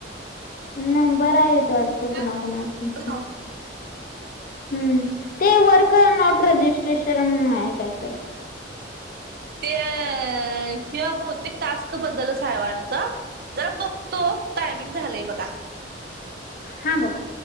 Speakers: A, on the left; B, on the right.
A: नंबर आहेत वाटतं
B: काय
A: कुणा
B: म्हणला
A: कुणाची हम्म ते वर्क नॉट रजिस्ट्रेशन म्हणून आहे काय तर
B: ते हे बहुतेक टास्क बद्दलचय आहे वाटत जरा बघ तो टायमिंग झालाय बघा
A: हा बघा